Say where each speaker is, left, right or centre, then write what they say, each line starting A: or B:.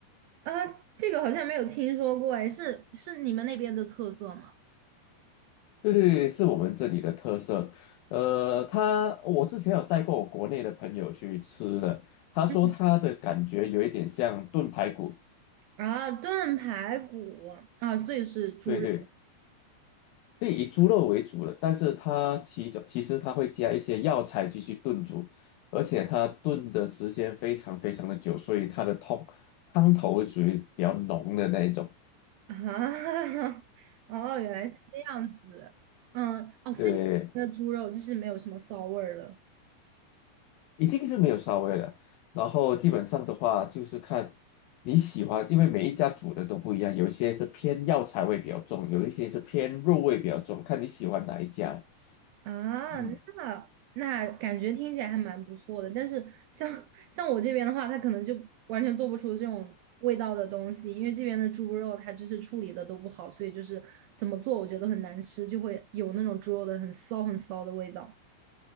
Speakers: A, on the right; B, on the left.
A: 啊，这个好像没有听说过，哎，是是你们那边的特色吗？
B: 对对对，是我们这里的特色。呃，他我之前有带过我国内的朋友去吃的，他说他的感觉有一点像炖排骨。
A: 嗯，啊，炖排骨啊，所以是猪肉
B: 对对，对，以猪肉为主的，但是它其中其实它会加一些药材进去炖煮，而且它炖的时间非常非常的久，所以它的汤汤头会属于比较浓的那一种。
A: 啊，<laughs> 哦，原来是这样子，嗯，哦，所以你们的猪肉就是没有什么骚味儿了。
B: 对，已经是没有骚味了。然后基本上的话，就是看你喜欢，因为每一家煮的都不一样，有一些是偏药材味比较重，有一些是偏肉味比较重，看你喜欢哪一家。
A: 啊，
B: 嗯，
A: 那那感觉听起来还蛮不错的，但是像 <laughs> 像我这边的话，它可能就完全做不出这种味道的东西，因为这边的猪肉它就是处理的都不好，所以就是怎么做我觉得很难吃，就会有那种猪肉的很骚很骚的味道